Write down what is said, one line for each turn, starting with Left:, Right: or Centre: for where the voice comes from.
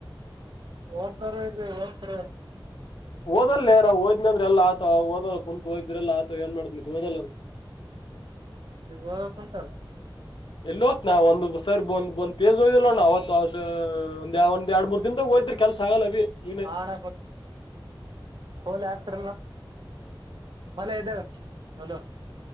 Right: ಓದ್ತಾರ ಇಲ್ಲ ಓದ್ತಾರ
Left: ಓದಲ್ಲೇ ನಾವು ಓದಿನಂದ್ರೆ ಎಲ್ಲ ಆತವ್ ಓದಲ್ಲ ಕುಂತ್ ಓದಿದ್ರೆ ಆತವ ಏನ್ ಮಾಡದ್ದು ಓದಲ್ಲ
Right: ಈಗ ಓದೋಕೆ ಹೋಯ್ತರ್
Left: ಎಲ್ಲಿ ಹೊತ್ನ ಸರ್ ಬಂದು ಬಂದ್ ಎಲ್ಲಿ ಹೋಯ್ದಿಲ್ಲೋಣ್ಣ ಅವತ್ ಒಂದ್ ಯಾವ ಒಂದ್ ಎರಡ್ ಮೂರ್ ದಿನದಾಗ ಹೋದ್ರಿ ಕೆಲ್ಸ ಆಗಲ್ಲ ಅಭಿ ಇವನೆ
Right: ಆಣ ಹೋಲಿ ಆಗ್ತರ್ ಮಳೆ ಇದವೆ ಹಲೋ